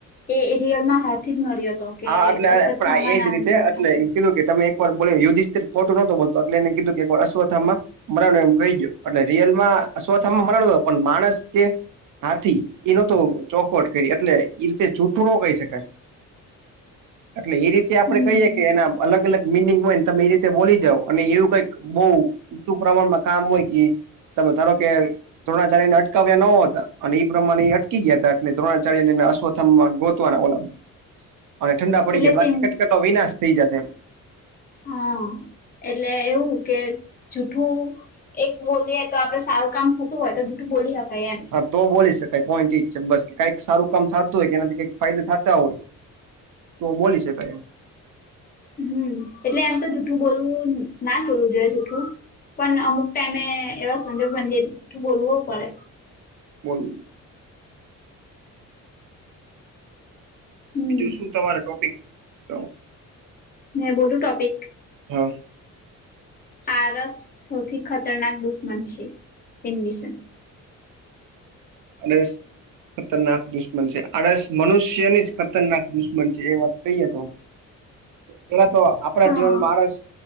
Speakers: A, on the left (about 30°); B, on the right (about 75°).
A: જ એ રિયલ માં હાથ જ મળ્યો હતો કે
B: હા એટલે
A: અશ્વત્થામા
B: એજ
A: નામનો
B: રીતે એટલે
A: હાથી
B: એ કીધું કે તમે એકવાર બોલાય યુધિષ્ઠિર ખોટું ના તો બોલતો એટલે એ કીધું કે એક અસ્વથામાં મરાનું એમ કહી ગયો એટલે રિયલમાં અસ્વથામાં મરાનો નો હતો પણ માણસ કે હાથી એનો તો ચોખવટ કરી એટલે એ રીતે જૂઠું ન કહી શકાય એટલે એ રીતે આપડે
A: હમ
B: કહીએ કે એના અલગ અલગ મિનિંગ હોય ને તમે એ રીતે બોલી જઓ અને એવું કઈક બહ ચું પ્રમાણમાં કામ હોય કે તમે ધારો કે દ્રોણાચાર્ય ને અટકાવ્યા ન હતા અને એ પ્રમાણે એ અટકી ગયા હતા એટ દ્રોણાચાર્ય ને અસ્થ ગોતવાના ઓલા અને ઠંડા પડી
A: એટલે
B: જાય બાકી
A: સિમ
B: કટકટો વિનાશ થઈ જાતે એમ
A: હા એટલે એવું કે જૂઠું એક બોલીએ તો આપડે સારું કામ થતું હોય તો જૂઠું બોલી હકાય એમ
B: હા તો બોલી શકાય પોઈન્ટ ઈજ છે બસ કઈક સારું કામ થતું હોય કે એનાથી કઈક ફાયદા થતા હોય તો બોલી શકાય એમ
A: હમ્મ એટલે એમ તો જુઠું બોલવું ના બોલું જોઈએ જુઠું પણ અમુક ટાઈમે એવા સંજોગ બની જાય તો જૂઠું બોલવો પડે
B: બોલો
A: હમ
B: બીજું શું તમારે ટોપિક ક
A: મે બોલું ટોપિક
B: હા
A: આરસ સૌથી ખતરનાક દુશ્મન છે એની વિશે
B: આળશ ખતરનાક દુશ્મન છે આડસ મનુષ્યની જ ખતરનાક દુશ્મન છે એ વાત કહીએ તો
A: <inaudible>
B: પેલા તો આપણા
A: હા
B: જીવનમાં માણસ